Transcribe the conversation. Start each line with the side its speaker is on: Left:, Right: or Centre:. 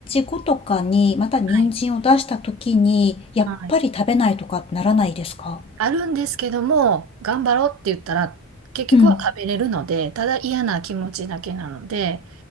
Left: 後とかに、また人参を出した時に、
Right: はい。
Left: やっぱり食べないとかならないですか
Right: はい。あるんですけども、頑張ろうって言ったら、結局は食べれるので、
Left: うん。
Right: ただ嫌な気持ちだけなので、